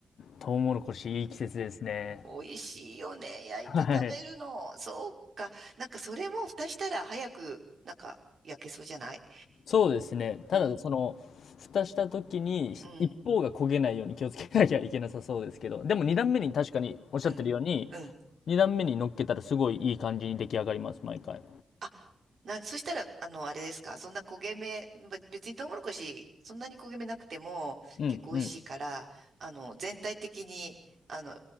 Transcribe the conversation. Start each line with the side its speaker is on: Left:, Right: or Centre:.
Left: トウモロコシいい季節ですね。
Right: お、美味しいよね。焼いて食べるの。
Left: はい。
Right: そうか。なんかそれも蓋したら早く、なんか焼けそうじゃない
Left: そうですね。ただ、
Right: うん、
Left: その、蓋した時に、
Right: うん、
Left: 一方が焦げないように気をつけなきゃいけなさそうですけど、でも二段目に確かにおっしゃってるように、
Right: うん、うん。
Left: 二段目に乗っけたらすごいいい感じに出来上がります、毎回。
Right: あ、な、そしたら、あの、あれですか、そんな焦げ目、べ別にトウモロコシ、そんなに焦げ目なくても、
Left: うんうん。
Right: 結構美味しいから、あの、全体的に、あの、